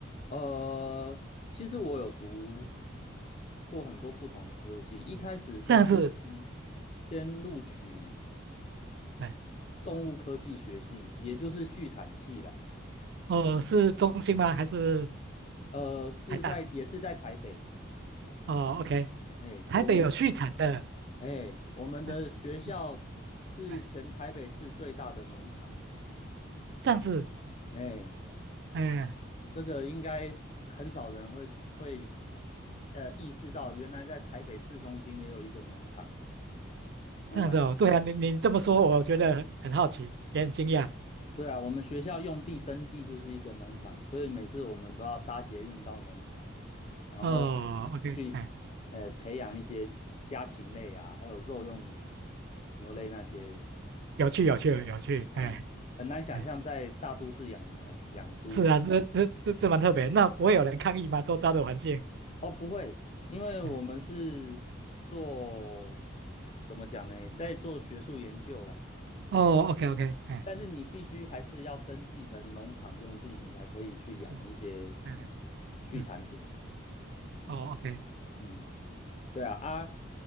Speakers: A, on the left; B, on the right.
A: 呃，其实我有读过很多不同的科系，一开始是先
B: 这样是，
A: 先录取
B: 对，
A: 动物科技学系，也就是畜产系啦。
B: 哦，是中兴吗？还是
A: 呃，是在也是在台北，
B: 台大？哦，OK，
A: 哎，
B: 台北有续产的，
A: 我们哎，我们的学校是全台北市最大的农场，
B: 嗯嗯，哎，这样子，
A: 哎，
B: 嗯，
A: 这个应该很少人会会呃意识到，原来在台北市中心也有一个农场。嗯，
B: 这样子哦，对啊，你你这么说，我觉得很好奇，也很惊讶。
A: 对啊，我们学校用地登记就是一个农场，所以每次我们都要搭捷运到农场，然后
B: 哦，OK，
A: 去
B: 哎，
A: 呃培养一些家禽类啊，还有肉用牛牛类那些。
B: 有趣，有趣，有趣，
A: 哎呀，
B: 哎。
A: 很难想象在大都市养牛、
B: 嗯
A: 养猪。
B: 是啊，这这这这蛮特别。那不会有人抗议吗？周遭的环境？
A: 哦，不会，因为我们是做，
B: 哎，
A: 怎么讲呢，在做学术研究啦。
B: 哦，OK OK，哎，
A: 但是你必须还是要登记成农场用地，你才可以去养一些
B: 是，哎，
A: 畜产品。
B: 嗯，哦，OK，
A: 嗯，对啊，啊，